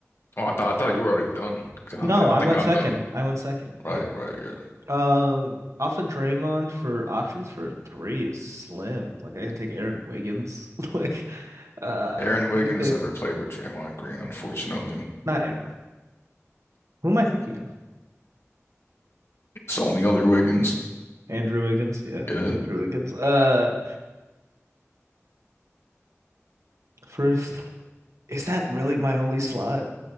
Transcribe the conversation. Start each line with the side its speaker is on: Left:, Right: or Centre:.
Left: Oh, I thought I thought you were already done. 'Cause
Right: No,
Left: I think
Right: I
Left: I think
Right: went
Left: I'm
Right: second.
Left: done.
Right: I went second.
Left: Right
Right: Yeah.
Left: right yeah.
Right: Um, off of Draymond for options for three is slim. Like I could take Aaron Wiggins. <laughs> Like, uh,
Left: Aaron Wiggins
Right: let me think.
Left: never played with Draymond Green, unfortunately.
Right: Not Aaron. Who am I thinking of?
Left: It's the other Wiggins.
Right: Andrew Wiggins. Yeah,
Left: Yeah,
Right: Andrew Wiggins. Uh, first, is that really my only slot?